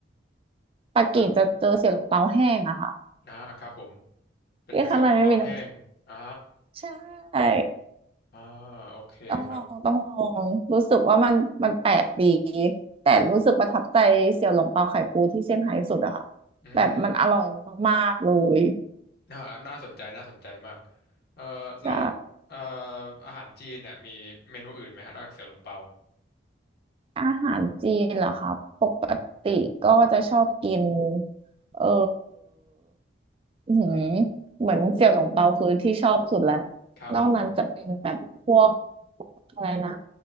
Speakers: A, on the right; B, on the left.
A: ปักกิ่งจะเจอเสี่ยหลงเปาแห้งอะค่ะ
B: อ่าอ่าครับผมเป็นเสี่ยวหลงเปาแห้งอ่า
A: ที่ข้างในไม่มีน้ำใช่
B: อ่าโอเคครับ
A: ต้องลองต้องลองรู้สึกว่ามันมันแปลกดีแต่รู้สึกประทับใจเสี่ยวหลงเปาไข่ปูที่เซี่ยงไฮ้สุดอะค่ะ
B: อืม
A: แบบมันอร่อยมากๆเลย
B: อ่าน่าสนใจน่าสนใจมากเอ่อแล้ว
A: ใช่
B: เอ่ออาหารจีนเนี่ยมีเมนูอื่นไหมฮะนอกจากเสี่ยวหลงเปา
A: อาหารจีนเหรอคะปกติก็จะชอบกินเอออื้อหือเหมือนเสี่ยวหลงเปาคือที่ชอบสุดแล้ว
B: ครับผม
A: นอกนั้นจะเป็นแบบพวกอะไรนะ